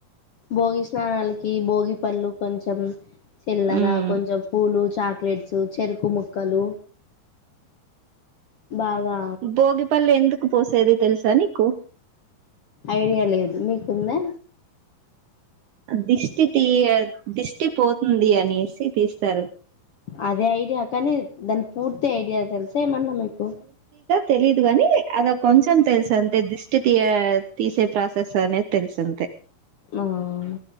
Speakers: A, on the left; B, on the right.
A: భోగి స్నానాలకి భోగి పళ్ళు కొంచెం చిల్లరా
B: ఉమ్
A: కొంచెం పూలు చాక్లెట్స్ చెరుకు ముక్కలు బాగా
B: భోగిపల్ ఎందుకు పోసేది తెలుసా నీకు
A: ఐడియా లేదు మీకుందా
B: దిష్టి తీ దిష్టి పోతుంది అనేసి తీస్తారు
A: అదే ఐడియా కానీ దాని పూర్తి ఐడియా తెలుస్ ఏమైనా మీకు
B: తెలిదు గాని అద కొంచెం తెలుస అంతే దిష్టి తీ తీసే ప్ర సానే తెలుఅంతే
A: ఆ